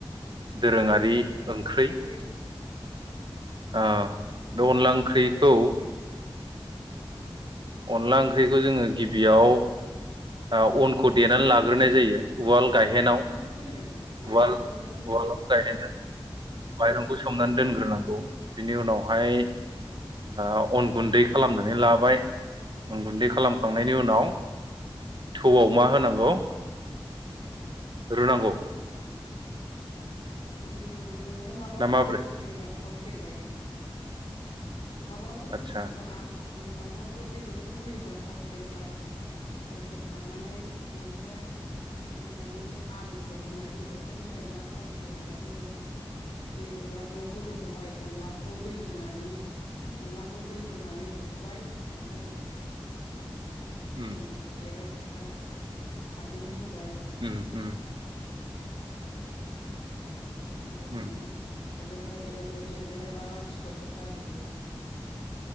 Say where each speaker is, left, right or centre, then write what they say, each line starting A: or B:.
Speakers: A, on the right; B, on the left.
A: दोरोङारि
B: बेस्ट
A: ओंख्रै
B: ओंख्रि
A: ओ
B: अनला
A: बे
B: ओंख्रियानो
A: ओंख्रिखौ
B: बर'नि बेस ओंख्रि
A: अनला ओंख्रिखौ जोङो गिबियाव ओ अनखौ देनानै लाग्रोनाय जायो उवाल गायहेनाव
B: सोमनानै दोनबायब्रा माइरंखौ
A: उवालाव
B: सोमनानै दोनबाय दसे
A: गायहेनजों माइरंखौ सोमनानै दोनग्रोनांगौ बिनि उनावहाय ओ अन गुन्दै खालामनानै लाबाय गुन्दै खालामखांनायनि
B: उम
A: उनाव थौआव मा होनांगौ रुनांगौ
B: ओ नोङो माबाफोर
A: ना माबोरै
B: बुस्थु होयोबा थाव सेरबाय माबाफोर
A: आदसा
B: बुस्थुफ्रा आलु फोर माबाफोर बेदरफोर होयोबा थाव सेरबाय थाव सेरखांनानै माबाय थाव सेरखांनानै आलुफोर होनाय बेदरफोर होनायबा थाव सेरबाय। होबाय दैखौ ग्लाब ग्लाब गोदौहाय अनलाखौ दै होनानै अनलाखौ दै होनानै उरबाय ओमफ्राय
A: <inaudible>
B: होसन
A: उम
B: एरबाय थाबाय खारदै होबाय
A: उम उम
B: खारै होनै
A: उम
B: एरबाय था एरबाय था एरबाय थाबा फिथर सिथरसो जाजोबो।